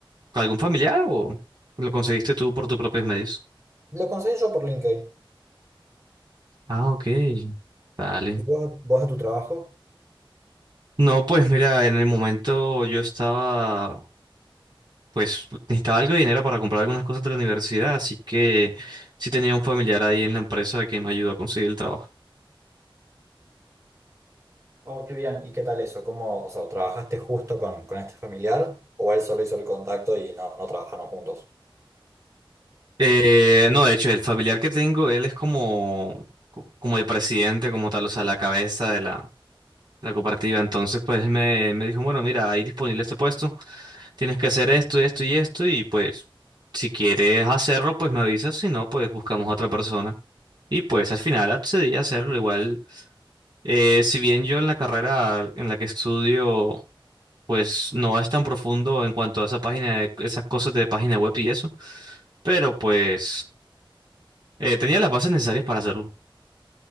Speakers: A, on the right; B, on the right.
A: algún familiar o lo conseguiste tú por tus propios medios?
B: Lo conseguí yo por LinkedIn.
A: Ah, ok, vale.
B: ¿Y vos, vos a tu trabajo?
A: No, pues mira, en el momento yo estaba pues necesitaba algo de dinero para comprar algunas cosas de la universidad, así que sí tenía un familiar ahí en la empresa que me ayudó a conseguir el trabajo.
B: Oh, qué bien, ¿y qué tal eso? ¿Cómo, o sea, trabajaste justo con, con este familiar o él solo hizo el contacto y no, no trabajaron juntos?
A: Eh, no, de hecho, el familiar que tengo, él es como, co- como el presidente, como tal, o sea, la cabeza de la, la cooperativa. Entonces, pues me, me dijo, bueno, mira, hay disponible este puesto, tienes que hacer esto y esto y esto, y pues si quieres hacerlo, pues me avisas, si no, pues buscamos a otra persona. Y pues al final accedí a hacerlo igual. eh, si bien yo en la carrera en la que estudio pues no es tan profundo en cuanto a esa página, de- esas cosas de página web y eso, pero pues eh, tenía las bases necesarias para hacerlo.